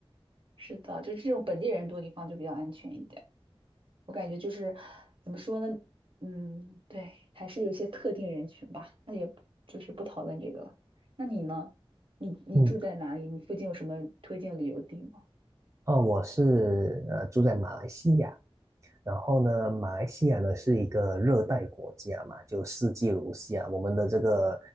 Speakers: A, on the right (about 60°); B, on the right (about 30°).
A: 是的，就是这种本地人多的地方就比较安全一点。我感觉就是怎么说呢，嗯，对，还是有一些特定人群吧。那也不就是不讨论这个了。那你呢？你你住在哪里？
B: 嗯，
A: 你附近有什么推荐旅游地吗？
B: 哦，我是呃住在马来西亚，然后呢，马来西亚呢是一个热带国家嘛，就四季如夏。我们的这个